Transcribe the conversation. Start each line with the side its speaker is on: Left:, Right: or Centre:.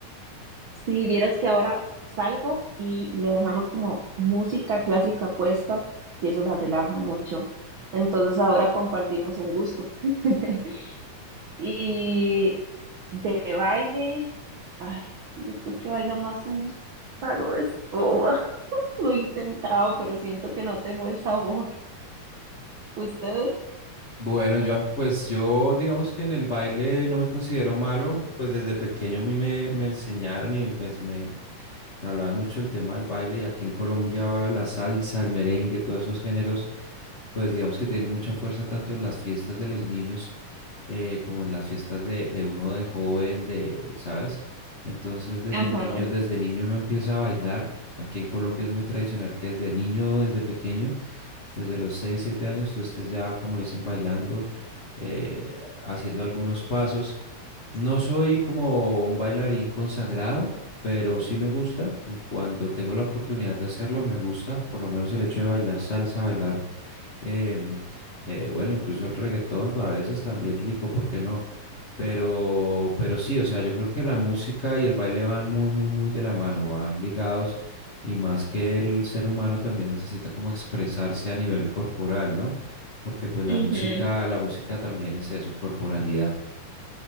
Right: si vieras que ahora salgo y le dejamos como música clásica puesta y eso las relaja mucho. Entonces ahora compartimos un gusto. <laughs> Y de baile, ay, yo creo que baila más un palo de escoba. <laughs> Lo he intentado, pero siento que no tengo el sabor. ¿Usted?
Left: Bueno, Joan, pues yo digamos que en el baile no me considero malo, pues desde pequeño a mí me, me enseñaron y pues me, me hablaban mucho del tema del baile y aquí en Colombia la salsa, el merengue, todos esos géneros, pues digamos que tienen mucha fuerza tanto en las fiestas de los niños eh, como en las fiestas de, de uno de joven, de, ¿sabes? Entonces desde
Right: Ajá.
Left: niño, desde niño uno empieza a bailar. Aquí en Colombia es muy tradicional que desde niño, desde pequeño desde los 6 7 años tú estés ya, como dicen, bailando, eh, haciendo algunos pasos. No soy como un bailarín consagrado, pero sí me gusta y cuando tengo la oportunidad de hacerlo, me gusta, por lo menos el hecho de bailar salsa, bailar em, eh, bueno, incluso el reggaetón a veces también rico, ¿por qué no? Pero, pero sí, o sea, yo creo que la música y el baile van muy, muy, muy de la mano, van ligados y más que el ser humano también necesita como expresarse a nivel corporal, ¿no? Porque pues la
Right: Ujú.
Left: música, la música también es eso, corporalidad.